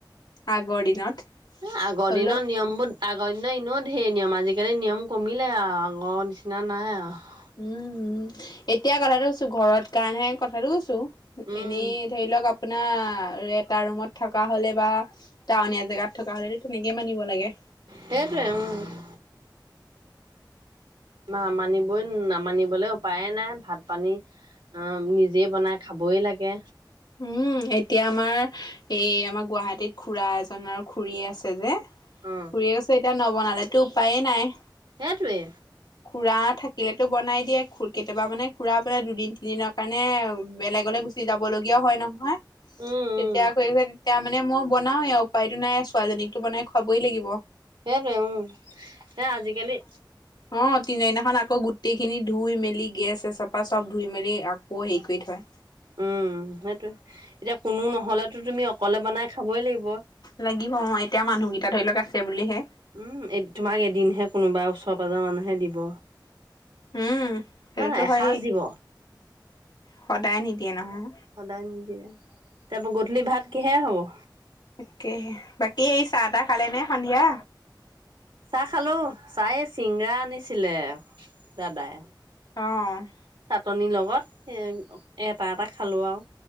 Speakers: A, on the left; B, on the right.
A: আগৰ দিনত।
B: এ' আগৰ
A: হ'লেও
B: দিনৰ নিয়মবোৰ - আগৰ দিনত এনেও ধেৰ নিয়ম। আজিকালি নিয়ম কমিলে আৰু, আগৰ নিচিনা নাই আৰু।
A: উম উম', এতিয়া কথাটো কৈছোঁ, ঘৰত কাৰণেহে, কথাটো কৈছোঁ।
B: উম,
A: এনেই ধৰি লওক আপোনাৰ, এটা ৰুমত - থকা হ'লে বা, টাউনিয়া জেগাত থকা হ'লেটো তেনেকে মানিব লাগে।
B: সেইটোৱে, উম'। মা-মানিবই নামানিবলৈ উপায়ে নাই, ভাত-পানী - অ', নিজে বনাই খাবই লাগে।
A: উম', এতিয়া আমাৰ এই আমাৰ গুৱাহাটীত খুৰা এজন আৰু খুৰী আছে যে। খুৰীয়ে
B: অ
A: আছে এতিয়া, নবনালেতো উপায়ে নাই।
B: সেইটোৱে।
A: খুৰা থাকিলেতো বনাই দিয়ে। খু, কেতিয়াবা মানে খুৰা মানে দুদিন-তিনিদিনৰ কাৰণে বেলেগলৈ গুচি যাব লগিয়াও হয় নহয়।
B: উম।
A: তেতিয়া
B: উম
A: আকৌ, <unintelligible> তেতিয়া মানে মই বনাওঁৱেই, উপায়টো নাই। ছোৱালীজনীকতো বনাই খুৱাবই লাগিব।
B: সেইটোৱে উম'। এ' আজিকালি -
A: অহ, তিনে দিনাখন আকৌ গোটেইখিনি ধুই-মেলি গেছ-চেছ, চফা চব ধুই-মেলি আক - কৌ হেৰি
B: উম
A: কৰি থয়।
B: উম', সেইটোৱে। এতিয়া কোনো নহ'লেতো তুমি অকলে বনাই খাবই লাগিব।
A: লাগিব অহ, এতিয়া মানুহকেইটা ধৰি লওক আছে বুলিহে।
B: উম' এ', তোমাক এদিনহে কোনোবা ওচৰ পাজৰ মানুহে দিব।
A: উম' সেইটোতো
B: হয় নাই এসাঁজ
A: হয়েই।
B: দিব
A: সদায় নিদিয়ে নহয়।
B: সদায় নিদিয়ে। তাৰপা গধূলি ভাত কিহে হ'ব?
A: তাকে। বাকী, এই চাহ-তাহ খালে নে সন্ধিয়া?
B: চাহ খালোঁ। চাহ এই, চিঙৰা আনিছিলে দাদাই।
A: অহ'।
B: চাটনি লগত। এ', এটা এটা খালোঁ আৰু।